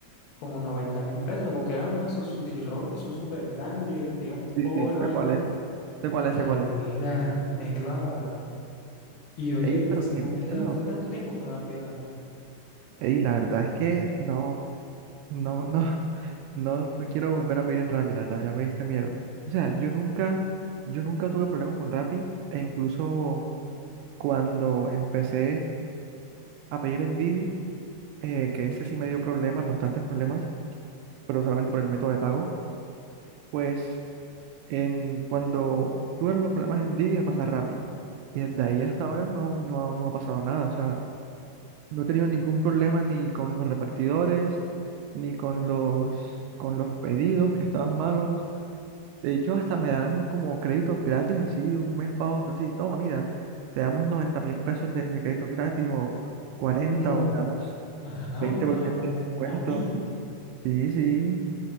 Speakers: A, on the left; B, on the right.
A: como noventa mil pesos, porque era uno de esos sushi roll que son súper grandes, tenía un
B: Sí,
A: poco
B: sí,
A: de vaina.
B: sé cuál es, sé cuál
A: Marica,
B: es, sé cuál es.
A: me clavaron. Y yo
B: Ey,
A: qué hasta
B: pero
A: se
B: qué
A: me
B: pesado.
A: olvidó, o sea, fue tanto tiempo que se me ha olvidado.
B: Ey, la verdad es que no, no, no. No, no quiero volver a pedir en Rappi, la verdad, ya me diste miedo. O sea, yo nunca, yo nunca tuve problemas con Rappi, e incluso cuando empecé a pedir en Didi, eh, que ese sí me dio problemas, bastantes problemas, pero solamente por el método de pago, pues em, cuando tuve los problemas en Didi me pasé a Rappi. Y desde ahí hasta ahora no, no, ha- no me ha pasado nada. O sea, no he tenido ningún problema ni con los repartidores, ni con los, con los pedidos que estaban malos De hecho, hasta me dan como créditos gratis así de un mes para otro, así, toma, mira, te damos noventa mil pesos de, de crédito gratis o 40
A: No,
B: o te damos
A: caramba,
B: veinte por ciento
A: noventa
B: de descuento.
A: mil.
B: Sí, sí,